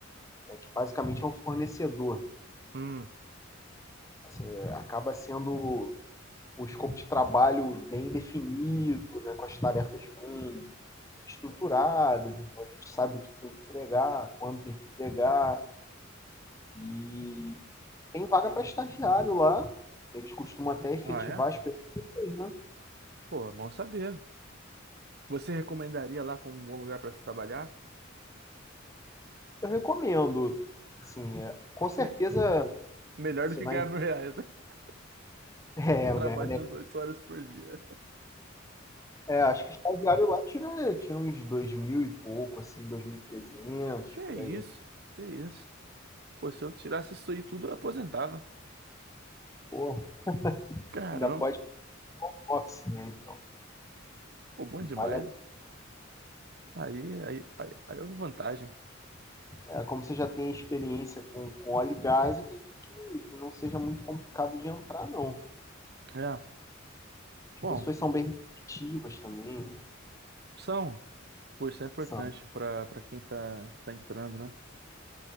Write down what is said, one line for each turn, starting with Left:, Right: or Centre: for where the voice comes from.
Left: é, que basicamente é um fornecedor.
Right: hum,
Left: Assim, é, acaba sendo o escopo de trabalho bem definido, né, com as tarefas bem estruturadas, então a gente sabe o que tem que entregar, quando tem que entregar, e tem vaga para estagiário lá, eles costumam até efetivar
Right: ah, é?
Left: as pessoas, né?
Right: Pô, é bom saber. Você recomendaria lá como um bom lugar para se trabalhar?
Left: Eu recomendo, assim, é, com certeza
Right: Me- melhor
Left: você
Right: do que
Left: vai
Right: ganhar
Left: <laughs>
Right: mil reais, né? <laughs>
Left: é,
Right: Trabalhando
Left: ganhar
Right: oito horas por dia.
Left: É, acho que o estagiário lá tira, tira uns dois mil e pouco, assim, 2.300
Right: Que
Left: por
Right: isso?
Left: aí.
Right: Que isso? Pô, se eu tirasse isso aí tudo, eu aposentava.
Left: Pô,
Right: Caramba,
Left: ainda pode office, né? Então,
Right: pô, bom
Left: vale
Right: demais.
Left: a-
Right: Aí, aí, aí, aí houve vantagem.
Left: é, como você já tem experiência com, com óleo e gás, eu acredito que, que não seja muito complicado de entrar, não.
Right: É, bom,
Left: As pessoas são bem receptivas também, né?
Right: são, pô, isso é importante
Left: São.
Right: para para quem tá, tá entrando, né?